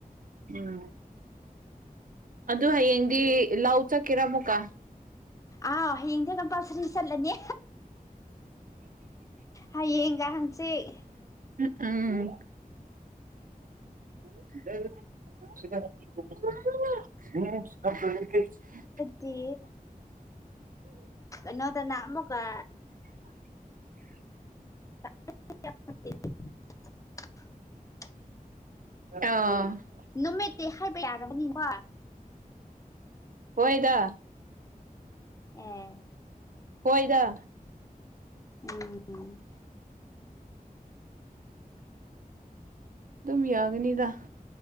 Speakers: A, on the right (about 65°); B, on the left (about 20°).
A: ꯎꯝ ꯑꯗꯨ ꯍꯌꯦꯡꯗꯤ ꯂꯧ ꯆꯠꯀꯦꯔꯥ ꯑꯃꯨꯛꯀꯥ
B: ꯑꯧ ꯍꯌꯦꯡꯗꯤ ꯀꯝꯄꯜꯁꯔꯤ ꯆꯠꯂꯅꯤ ꯍꯌꯦꯡꯒ ꯍꯪꯆꯤꯠ
A: ꯎꯝ <unintelligible>
B: ꯇꯤ ꯀꯩꯅꯣꯗꯅ ꯑꯃꯨꯛꯀ <inaudible>
A: <unintelligible>
B: ꯅꯨꯃꯤꯠꯇꯤ ꯍꯥꯏꯕ ꯌꯥꯔꯕꯅꯤꯀꯣ
A: ꯍꯣꯏꯗ
B: ꯑꯦ
A: ꯍꯣꯏꯗ
B: ꯎꯝ
A: ꯗꯨꯝ ꯌꯥꯒꯅꯤꯗ